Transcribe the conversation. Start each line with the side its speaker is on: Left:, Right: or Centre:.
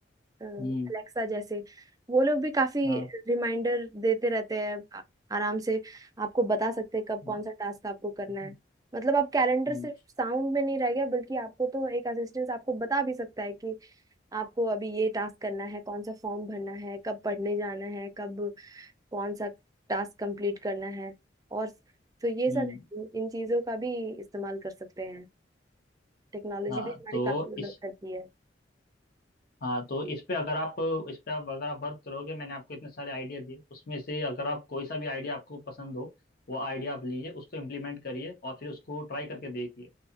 Right: अलेक्सा
Left: हम्म
Right: जैसे वो लोग भी काफी
Left: हाँ
Right: रिमाइंडर देते रहते हैं आ- आराम से आपको बता सकते हैं कब कौन
Left: हाँ
Right: सा टास्क आपको करना
Left: हम्म
Right: है मतलब आप कैलेंडर
Left: हम्म
Right: सिर्फ साउंड में नहीं रह गया बल्कि आपको तो एक असिस्टेंट आपको बता भी सकता है कि आपको अभी ये टास्क करना है कौन सा फॉर्म भरना है कब पढ़ने जाना है कब कौन सा टास्क कंप्लीट करना है और तो ये
Left: हम्म,
Right: सब है, इन चीज़ों का भी इस्तेमाल कर सकते हैं टेक्नोलॉजी
Left: हाँ
Right: भी हमारी
Left: तो
Right: काफ़ी मदद
Left: इस
Right: करती है
Left: हाँ तो इस पे अगर आप इस पे आप अगर आप वर्क करोगे मैंने आपको इतने सारे आइडिया दिए उसमें से अगर आप कोई सा भी आइडिया आपको पसंद हो वो आइडिया आप लीजिए उसको इम्प्लीमेंट करिए और फिर उसको ट्राई करके देखिए